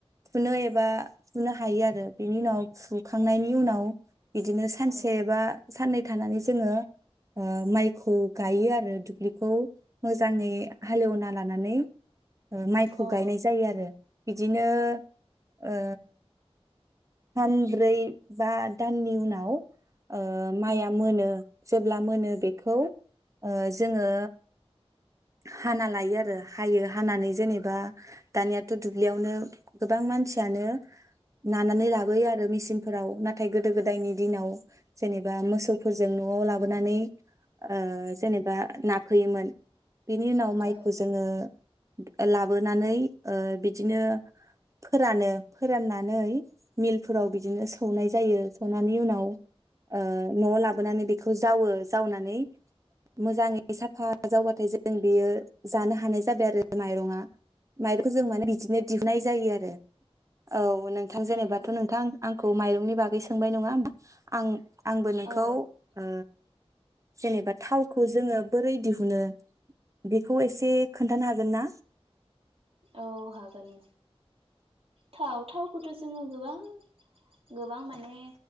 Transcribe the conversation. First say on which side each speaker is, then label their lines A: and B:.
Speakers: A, on the right; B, on the right.
A: फुनो एबा फुनो हायो आरो बेनि उनाव फुखांनायनि उनाव बिदिनो सानसे
B: औ
A: एबा साननै थानानै जोङो ओ माइखौ गायो आरो दुब्लिखौ मोजाङै हालेवना लानानै माइखौ
B: औ
A: गायनाय जायो आरो बिदिनो ओ थाम ब्रै बा दाननि उनाव ओ माइआ
B: उम औ उम
A: मोनो जेब्ला मोनो बेखौ ओ जोङो हाना लायो आरो हायो हानानै जेनेबा दानियाथ दुब्लियावनो गोबां मानसियानो नानानै लाबोयो आरो मेसिनफोराव नाथाय गोदो गोदायनि दिनाव जेनेबा मोसौफोरजों नआव लाबोनानै ओ जेनेबा नाफैयोमोन बिनि उनाव माइखौ
B: औ
A: जोङो लाबोनानै ओ बिदिनो फोरानो फोराननानै मिलफोराव बिदिनो सौनाय जायो सौनानै उनाव ओ नयाव लाबोनानै बेखौ जावो जावनानै मोजाङै साफा जावबा नाथाय जों बेयो जानो हानाय जाबाय आरो माइरङा माइरं जों माने बिदिनो दिहुननाय जायो आरो औ नोंथां जेन'बाथ
B: औ
A: नोंथां आंखौ खौ माइरंनि बागै सोंबाय नङा होमबा आं आंबो नोंखौ
B: औ
A: ओ जेनेबा थावखौ जोङो बोरै दिहुनो बे खौ एसे खोन्थानो हागोन ना
B: औ हागोन थाव थावखौथ जोङो गोबां गोबां माने